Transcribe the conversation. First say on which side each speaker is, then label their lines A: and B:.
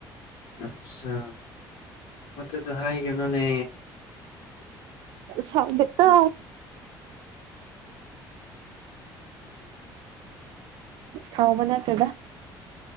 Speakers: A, on the left (about 70°); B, on the right (about 75°).
A: ꯑꯠꯆꯥꯥ ꯃꯇꯨꯗꯣ ꯍꯥꯏꯒꯅꯨꯅꯦ
B: ꯁꯥꯎꯗꯦꯇ ꯁꯥꯎꯕ ꯅꯠꯇꯦꯗ